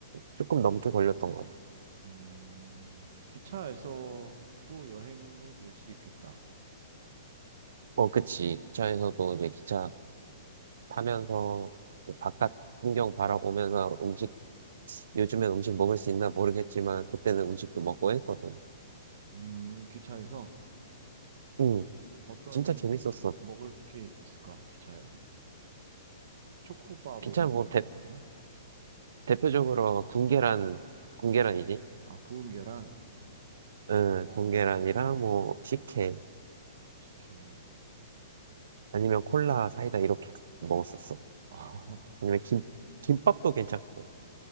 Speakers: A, on the right; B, on the right.
A: 조금 넘게 걸렸던 것 같아요.
B: 음, 기차에서 또 여행이 될 수 있겠다.
A: 어, 그치. 기차에서도 이제 기차 타면서 바깥 풍경 바라보면서 음식, 요즘엔 음식 먹을 수 있나 모르겠지만, 그때는 음식도 먹고 했거든.
B: 음, 기차에서
A: 응,
B: 어떤
A: 진짜 재밌었어.
B: 먹을 게 있을까? 기차에? 초코바
A: 기차
B: 뭐 이런
A: 뭐
B: 거
A: 대,
B: 먹나?
A: 대표적으로 군계란, 군계란이지?
B: 아, 구운 계란?
A: 응,
B: 어,
A: 군계란이랑 뭐 식혜,
B: 식혜.
A: 아니면 콜라, 사이다 이렇게 먹었었어.
B: 아, <laughs>
A: 아니면 김, 김밥도 괜찮고.